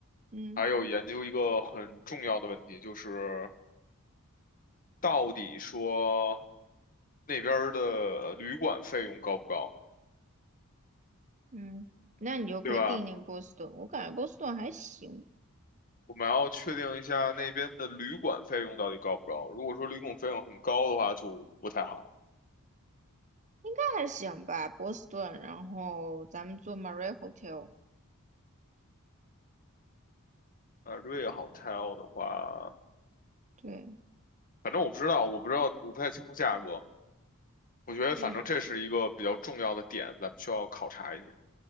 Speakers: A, on the right; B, on the left.
A: 嗯
B: 还有研究一个很重要的问题，就是到底说那边儿的旅馆费用高不高，
A: 嗯，那你就可以定定波士顿。
B: 对吧？
A: 我感觉波士顿还行，
B: 我们要确定一下那边的旅馆费用到底高不高。如果说旅馆费用很高的话，就不太好。
A: 那还行吧，波士顿。然后咱们做 Marie Hotel，
B: 呃瑞 a Hotel 的话，
A: 对，
B: 反正我不知道，我不知道，我不太清楚价格。我觉得反正这是一个比较重要的点，
A: 嗯，
B: 咱们需要考察一点。